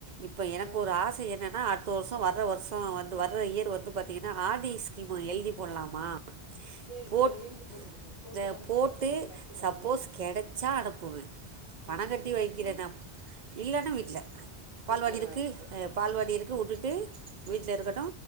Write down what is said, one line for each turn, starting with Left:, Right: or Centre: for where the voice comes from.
Right: இப்போ எனக்கு
Left: ஆ
Right: ஒரு ஆச என்னன்னா அட் பத்து வருஷோ வர்ற வருஷோ வந்து வர இயர் வந்து பாத்தீங்கனா ஆர்டி ஸ்கீம் எழுதி போட்லாமா
Left: சரி,
Right: போட்
Left: சரி எழுதி போடுங்க. போட்டு
Right: த
Left: கெடச்சிச்சுன்னா
Right: போட்டு
Left: நமக்கு லக்கு தானே!
Right: சப்போஸ் கெடச்சா அனுப்புவே பண
Left: ம்.
Right: கட்டி
Left: இல்லாட்டி
Right: வைக்கிறதா இல்லனா வீட்ல பால்வாடி
Left: வீட்ல தான்
Right: இருக்கு
Left: இருக்கட்டும்.
Right: அ பால்வாடி இருக்கு வுட்டுட்டு வீட்ல இருக்கட்டு